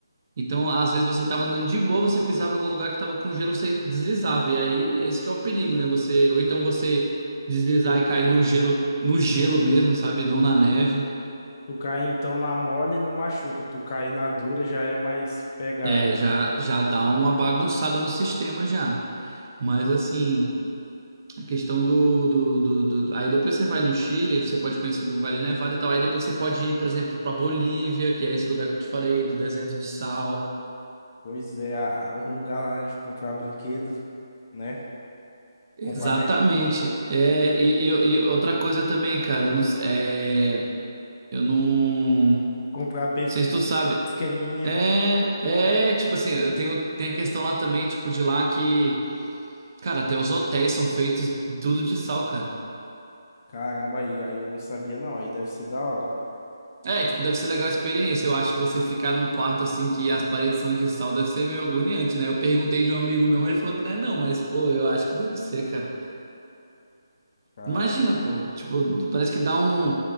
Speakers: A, on the right; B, on the left.
A: Então, às vezes você tava andando de boa, você pisava em algum lugar que tava com gelo, você deslizava. E aí, esse que é o perigo, né? Você, ou então você deslizar e cair no gelo, no gelo mesmo, sabe? Não na neve.
B: tu cai então na mole e não machuca. Tu cai na dura já é mais pegado.
A: É, já, já dá uma bagunçada no sistema já. Mas assim. A questão do, do, do, do- do- Aí depois você vai no Chile, aí você pode conhecer ali um Vale Nevado e tal. Aí depois você pode ir, por exemplo, pra Bolívia, que é esse lugar que eu te falei, do deserto de sal.
B: Pois é, a, a- o lugar lá, né, de comprar brinquedo, né?
A: Exatamente.
B: Comprar, me-
A: É, e, e- e outra coisa também, cara, eu não, s- é, eu não, não
B: comprar perfume,
A: sei se tu sabe.
B: uns esqueminha.
A: É, é, tipo assim, eu tenho, tem a questão lá também, tipo, de lá que, cara, até os hotéis são feitos tudo de sal, cara.
B: Caramba, aí, aí eu não sabia não. Aí deve ser da hora.
A: É, tipo, deve ser legal a experiência. Eu acho que você ficar num quarto assim que as paredes são de sal deve ser meio agoniante, né? Eu perguntei de um amigo meu, mas ele falou que não é não, mas pô, eu acho que deve ser, cara.
B: Cara.
A: Imagina, pô. Tipo, parece que dá um.